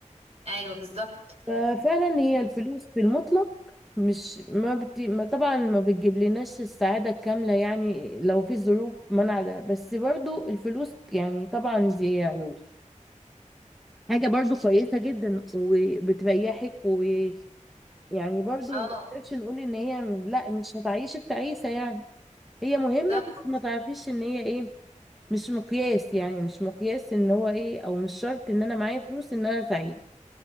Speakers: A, on the right (about 50°); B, in the centre.
A: ايوه بالظبط
B: ففعلا هي الفلوس بالمطلق مش ما, بت... ما طبعا ما بتجيب لناش السعادة الكاملة يعني لو في ظروف منع ده بس برضو الفلوس يعني طبعا دي يعني حاجة برضو كويسة جدا وبتريحك ويعني برضو
A: اه
B: ما نقدرش نقول ان هي لا مش هتعيشك تعيسة يعني هي مهمة
A: بالظبط
B: بس ما تعرفيش ان هي ايه مش مقياس يعني مش مقياس ان هو ايه او مش شرط ان انا معايا فلوس ان انا سعيد